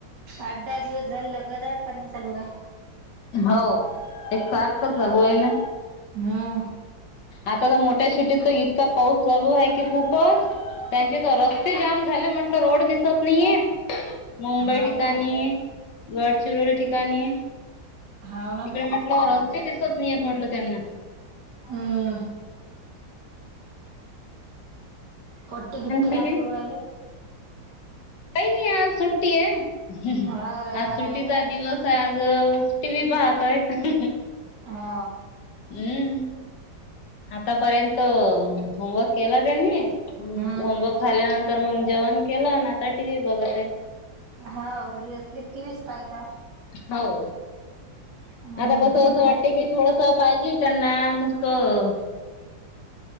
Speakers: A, on the right; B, on the left.
A: आठ दहा दिवस झाले लगादार पाणी चालू आहे
B: हो एक सारखं चालू आहे ना,
A: हम्म
B: आता तर मो त्या सिटीत तर इतका पाऊस चालू आहे की खूपच त्यांचे त रस ते जाम झाले म्हटलं रोड दिस <unintelligible> मुंबई
A: हाव
B: ठिकाणी
A: ना
B: गडचिरोली ठिकाणी
A: हाव ना
B: तिकडे म्हटलं रस्ते दिसत नाहीयेत म्हटलं त्यांना
A: हं! पट्टे गिप्टे
B: आणखी
A: काय
B: बी
A: करू राहिले.
B: काही नाही आज सुट्टी आहे,
A: हा रविवार
B: आज सुट्टीचा
A: आहे ना.
B: दिवस आहे आज टीव्ही पाहतायेत
A: हा!
B: हूं आतापर्यंत होमवर्क केला त्यांनी
A: हम्म.
B: होमवर्क झाल्यानंतर मग जेवण केलं, न आता टी व्ही बघत आहे.
A: हा घरी असले टी व्हीच पाहता.
B: हो
A: हम्म
B: आता कस अस वाटते, की थोडस पाहिजे त्यांना नुस्तं